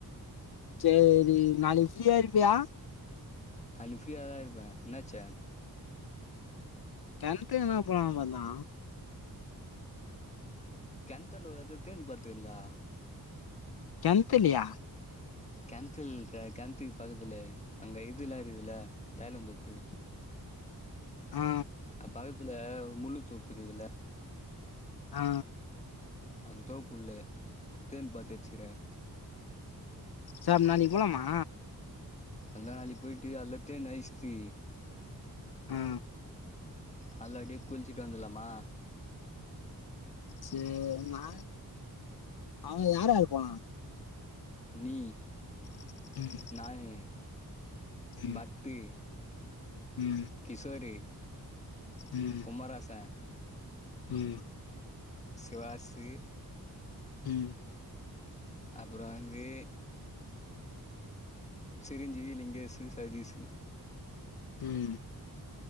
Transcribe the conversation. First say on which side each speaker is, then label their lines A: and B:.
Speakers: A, on the left (about 80°); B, on the left (about 20°).
A: சேரி நாளைக்கு ஃப்ரீயா இருப்பியா
B: நாளைக்கு ப்ரீயா தா இருப்பே என்னாச்சு
A: கிணத்துலயே என பேடோ பாத்தா
B: கிணத்துன்ட்ட வருது தேன் பாத்திருக்கிறன்டா
A: கிணத்துலயா
B: கேணத்துல இல்லடா கேணத்துக்கு பக்கத்துலயே அங்கே இதுலா இருக்குதுல தாயலந்து உப்பு
A: ஆ
B: அ பக்கத்துல ஒரு முள்ளு தொப்பு இருக்குதுல்ல
A: ஆ
B: அந்த தோப்புல்லு தேன்னு பாத்து வெச்சுக்கறன்
A: சேரி நாளைக்கு போலாமா
B: அல்லா அழி போய்டட்டு அல்லாத்தே நைஸ்தி
A: ஆ
B: அதுலா அப்டியே குளிச்சுட்டு வந்துலாமா
A: சேரி நா அவ யார்யாரு போனா
B: நீ
A: ம்
B: நானே
A: ம்
B: பரத்து
A: ம்
B: கிஷோரு
A: ம்
B: குமார் ஆ சார்
A: ம்
B: சிவாசு
A: ம்
B: அப்றோ வந்து சிரஞ்சீவி லிங்கேசு சதீஸு
A: ம்